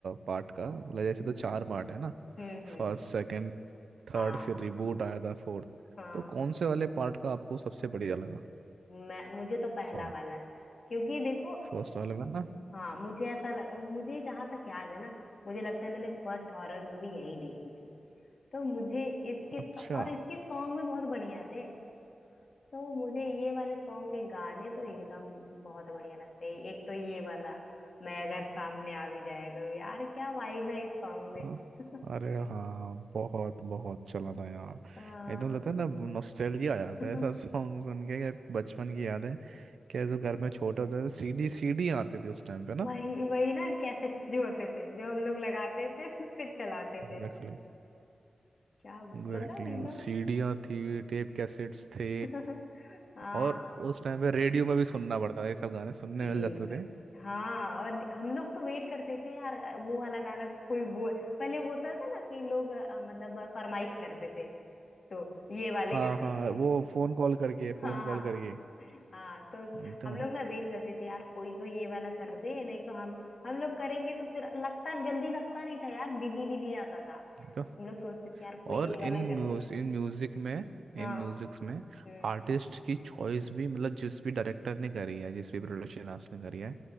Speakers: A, on the right; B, on the left.
A: पार्ट का मतलब जैसे तो चार पार्ट है ना
B: हम्म हम्म
A: फर्स्ट सेकंड
B: हाँ
A: थर्ड फिर रिबूट आया था फोर्थ
B: हाँ
A: तो कौन से वाले पार्ट का आपको सबसे बढ़िया लगा
B: मैं मुझे तो पहला
A: सॉन्ग
B: वाला है क्योंकि देखो
A: फर्स्ट वाले में ना
B: हाँ मुझे ऐसा लग, मुझे जहां तक याद है ना मुझे लगता है मैंने फर्स्ट हॉरर मूवी यही देखी थी तो मुझे इसके
A: अच्छा
B: और इसके सॉन्ग भी बहुत बढ़िया थे तो मुझे ये वाले सॉन्ग के गाने तो एकदम बहुत बढ़िया लगते हैं एक तो ये वाला मैं अगर सामने आ भी जाया करूँ यार क्या वाइब है इस सॉन्ग
A: हाँ
B: में <laughs>
A: अरे हाँ बहुत बहुत चला था यार
B: हाँ
A: एकदम लगता है ना नॉस्टैल्जिया आ जाता
B: <laughs>
A: है ऐसा सॉन्ग सुन के कि बचपन की यादें क्या जो घर में छोटे होते थे सीडी सीडी आती थी उस टाइम पे ना
B: वही वही ना कैसेट जो होते थे जो हम लोग लगाते थे <laughs> फिर चलाते
A: एग्जैक्टली
B: थे क्या मतलब
A: एग्जैक्टली
B: एकदम
A: सीडियाँ थी टेप कैसेट्स थे
B: <laughs> हाँ
A: और उस टाइम पे रेडियो में भी सुनना पड़ता था ये सब गाने सुनने
B: गीत
A: मिल जाते थे
B: हाँ और हम लोग तो वेट करते थे यार वो वाला गाना कोई बोल पहले वो होता था ना कि लोग अ, मतलब अ, फरमाइश करते थे तो ये वाले
A: हाँ
B: गाने
A: हाँ
B: की
A: वो फोन कॉल करके फोन
B: हाँ
A: कॉल करके
B: हाँ तो
A: नहीं तो
B: हम
A: नहीं
B: लोग ना वेट करते थे यार कोई तो ये वाला कर दे नहीं तो हम हम लोग करेंगे तो फिर लगता जल्दी लगता नहीं था यार बिजी बिजी जाता था
A: तो
B: हम लोग सोचते थे यार कोई
A: और
B: ये वाला
A: इन
B: कर
A: म्यूज
B: दे
A: इन म्यूजिक में
B: हाँ
A: इन म्यूजिक्स में
B: हम्म
A: आर्टिस्ट की चॉइस भी मतलब जिस भी डायरेक्टर ने करी है जिस भी प्रोडक्शन हाउस ने करी है